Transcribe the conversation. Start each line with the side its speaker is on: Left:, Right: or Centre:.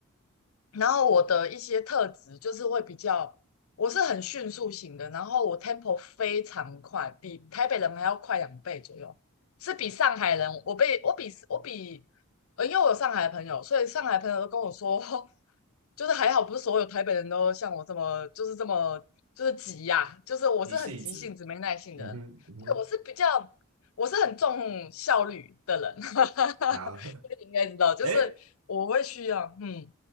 Left: 然后我的一些特质就是会比较，我是很迅速型的，然后我 tempo 非常快，比台北人还要快两倍左右，是比上海人，我被我比我比，呃，因为我有上海的朋友，所以上海朋友都跟我说，<laughs> 就是还好不是所有台北人都像我这么就是这么就是急呀、就是我是很急性子、
Right: 你性值，
Left: 没耐性的人，
Right: 嗯哼，嗯哼，
Left: 对，我是比较。我是很重效率的人，<laughs>
Right: 好，
Left: 所以你应该知道，就是我会需要，
Right: <laughs> 哎，
Left: 嗯。